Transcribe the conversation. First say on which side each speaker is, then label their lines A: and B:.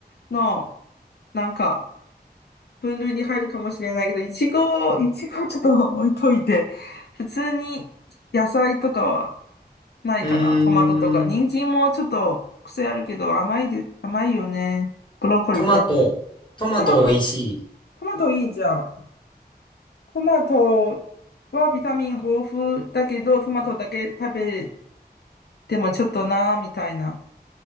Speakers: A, on the left; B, on the left.
A: の、なんか、分類に入るかもしれないけど、いちご、いちごちょっと置いといて、普通に野菜とかはないかな。
B: うーん、
A: トマトとか。人参もちょっと癖あるけど、甘いで、甘いよね。ブロッコリーとか。
B: トマト、トマト美味しい。
A: トマト、トマトいいじゃん。トマトはビタミン豊富だけど、トマトだけ食べてもちょっとなーみたいな。